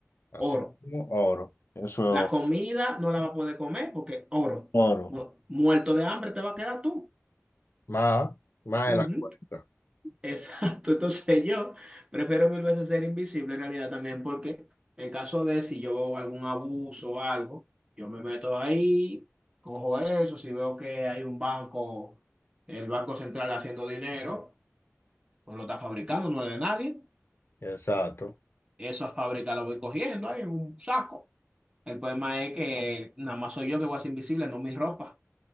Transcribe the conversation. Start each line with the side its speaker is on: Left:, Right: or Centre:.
Left: Así
Right: oro.
Left: como oro. Eso
Right: La comida
Left: es
Right: no la vas a poder comer porque oro.
Left: oro.
Right: No,
Left: Oro.
Right: muerto de hambre te va a quedar tú.
Left: Más, más
Right: Ujú.
Left: de la cuenta.
Right: Exacto, entonces yo prefiero mil veces ser invisible en realidad también porque en caso de si yo veo algún abuso o algo, yo me meto ahí, cojo eso, si veo que hay un banco, el Banco Central haciendo dinero, pues lo está fabricando, no es de nadie,
Left: Exacto.
Right: esa fábrica la voy cogiendo ahí en un saco. El problema es que nada más soy yo que voy a ser invisible, no mi ropa,